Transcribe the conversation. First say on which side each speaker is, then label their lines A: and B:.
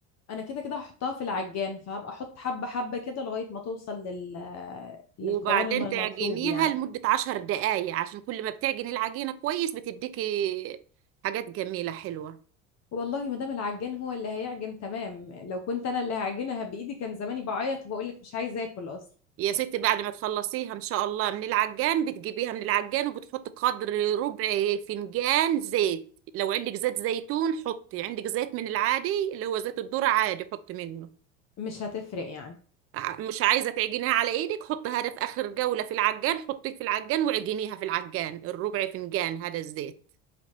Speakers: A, on the left (about 40°); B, on the right (about 35°).
A: انا كده كده هحطها في العجان فهبقى احط حبة حبة كده لغاية ما توصل لل للقوام
B: وبعدين
A: المطلوب
B: تعجنيها
A: يعني
B: لمده عشر دقايق عشان كل ما بتعجني العجينه كويس بتديكي حاجات جميله حلوه
A: والله ما دام العجان هو اللي هيعجن تمام لو كنت انا اللي هعجنها بايدي كان زماني بعيط وبقول لك مش عايزه اكل اصلا
B: يا ستي بعد ما تخلصيها ان شاء الله من العجان بتجيبيها من العجان وبتحط قدر ربع فنجان زيت لو عندك زيت زيتون حطي عندك زيت من العادي اللي هو زيت الذرة عادي حطي منه
A: مش هتفرق يعني
B: ع- مش عايزة تعجنيها على ايدك حطيها ده في اخر جولة في العجان حطيه في العجان وعجنيها في العجان الربع فنجان هذا الزيت